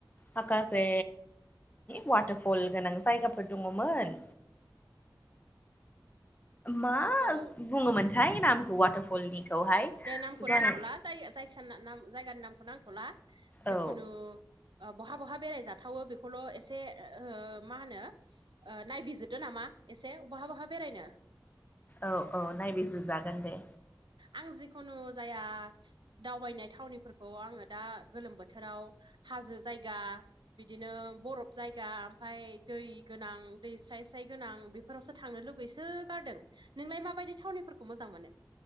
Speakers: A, on the left; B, on the right.
A: माखासे वाटारफल गोनां जायगाफोर दङमोन। मा
B: औ
A: बुङोमोनथाय नामखौ वाटारफलनिखौहाय?
B: दे नामखौ
A: जानाय
B: नांथला जाय-जाय जायखि जायगानि नामखौ नांथ'ला। जिखुनु
A: औ
B: ओ बहा बहा बेरायजाथावो बेखौल' एसे ओ मा होनो? ओ नायबिजिरदो नामा एसे बहा बहा बेरायनो।
A: औ औ नायबिजिर जागोन दे।
B: आं जिखुनु जाया दावबायनाय थावनिफोरखौ आङो दा गोलोम बोथोराव हाजो जायगा बिदिनो बरफ जायगा ओमफ्राय दै गोनां दै स्राय स्राय गोनां बे फोरावसो थांनो लुगैसो गारदों। नोंलाय माबायदि थावनिफोरखौ मोजां मोनो?